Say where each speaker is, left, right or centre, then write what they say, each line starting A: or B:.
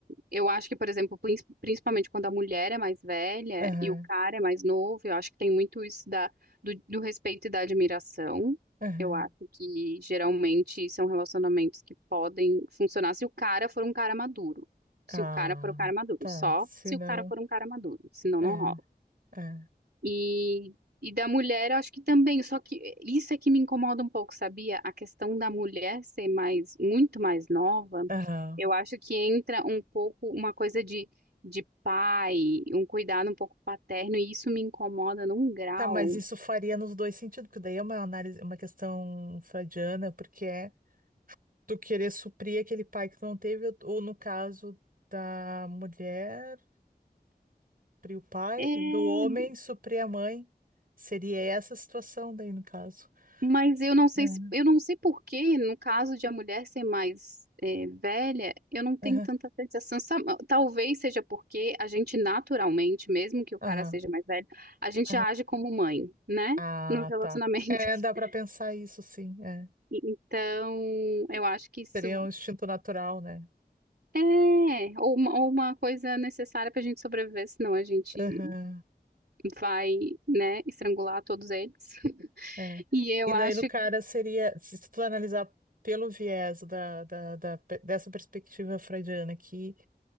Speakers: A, on the right; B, on the right.
A: Eu acho que, por exemplo, prin- principalmente quando a mulher é mais velha
B: aham,
A: e o cara é mais novo, eu acho que tem muito isso da, do, do respeito e da admiração.
B: aham.
A: Eu acho que geralmente são relacionamentos que podem funcionar se o cara for um cara maduro.
B: Ah,
A: Se o cara for um cara maduro,
B: tá,
A: só
B: se
A: se
B: não,
A: o cara for um cara maduro, senão
B: é,
A: não rola.
B: é.
A: E, e da mulher, acho que também, só que isso é que me incomoda um pouco, sabia? A questão da mulher ser mais, muito mais nova,
B: Aham.
A: eu acho que entra um pouco uma coisa de, de pai, um cuidado um pouco paterno, e isso me incomoda num grau.
B: Tá, mas isso faria nos dois sentidos, porque daí é uma análise, uma questão freudiana, porque é tu querer suprir aquele pai que tu não teve, ou ou no caso da mulher, suprir o pai
A: É,
B: e do homem suprir a mãe. Seria essa a situação daí, no caso.
A: Mas eu não sei
B: É.
A: se, eu não sei por que, no caso de a mulher ser mais é, velha, eu não tenho
B: Aham,
A: tanta sensação. Sa- Talvez seja porque a gente naturalmente, mesmo que o
B: aham,
A: cara seja mais velho, a gente
B: aham.
A: age como mãe, né?
B: Ah,
A: Nos relacionamentos.
B: tá. É, dá para
A: <laughs>
B: pensar isso, sim. é.
A: E- Então, eu acho que isso
B: Seria um instinto natural, né?
A: é ou uma, ou uma coisa necessária para a gente sobreviver, senão a gente
B: Aham,
A: vai, né, estrangular todos eles. <laughs>
B: é.
A: E eu
B: E
A: acho.
B: daí no cara seria, se se tu analisar pelo viés da, da, da pe- dessa perspectiva freudiana, que